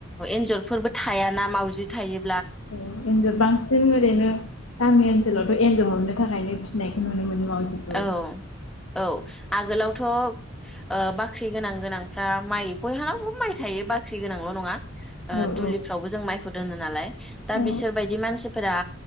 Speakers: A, in the centre; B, on the left (about 80°).
A: एन्जरफोरबो थायाना मावजि थायो
B: औ एन्जर बांसिन ओरैनो गामि ओनसोलावथ' एन्जर हमनो थाखायनो सिनायखौ नुनो मोनो। मावजिखौ
A: औ औ आगोलावथ' ओ बाख्रि गोनां गोनांफ्रा, माइ बयहाबो माइ थायो बाख्रि गोनांल' नङा। ओ
B: औ
A: दुलिफ्रावबो
B: औ
A: जों माइखौ दोनो नालाय दा
B: औ
A: बिसोरबायदि मानसिफोरा